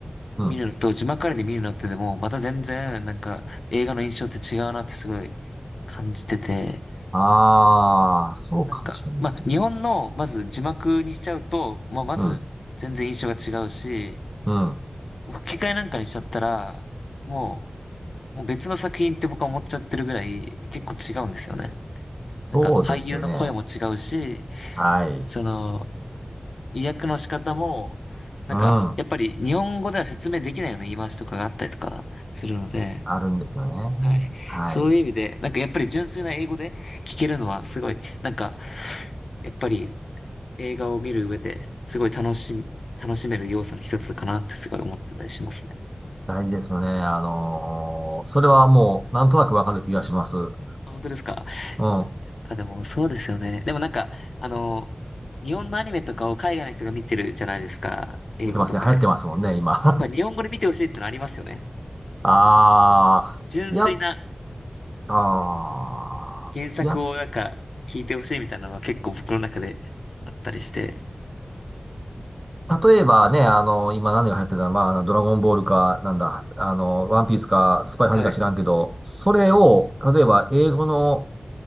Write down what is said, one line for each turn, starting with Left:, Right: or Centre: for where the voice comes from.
Right: うん。
Left: 見るのと、字幕ありで見るのってでも、また全然、なんか、映画の印象って違うなってすごい感じてて、
Right: ああ、そうかもしれないですね。
Left: なんか、まあ、日本の、まず字幕にしちゃうと、まあ、まず、
Right: うん、
Left: 全然印象が違うし、
Right: うん。
Left: もう吹き替えなんかにしちゃったら、もう、もう別の作品って僕は思っちゃってるぐらい、結構違うんですよね。なんか、
Right: そうですよね。
Left: 俳優の声も違うし、
Right: はい。
Left: その、意訳の仕方も、なんか、
Right: うん。
Left: やっぱり日本語では説明できないような言い回しとかがあったりとかするので、
Right: あるんですよね。
Left: はい。
Right: はい。
Left: そういう意味で、なんかやっぱり純粋な英語で聞けるのはすごい、なんか、やっぱり映画を見る上ですごい楽しみ、楽しめる要素の一つかなってすごい思ってたりしますね。
Right: 大事ですよね。あのーそれはもう、なんとなくわかる気がします。う
Left: あ、本当ですか。や
Right: ん。
Left: っぱでもそうですよね。でもなんか、あの、日本のアニメとかを海外の人が見てるじゃないですか。英語とかで。
Right: 見てますね。流行ってますもんね、今。
Left: やっぱり日本語で見てほしいってのありますよね。
Right: <laughs> ああ、
Left: 純粋な
Right: や、ああ、
Left: 原作をなんか聞いてほしいみたいなのは結構僕の中であったりして。
Right: や、例えばね、あの、今何が流行ってたら、まあ、ドラゴンボールか、なんだ、あの、ワンピースか、スパイファミか知らんけど、
Left: はい。
Right: それを、例えば英語の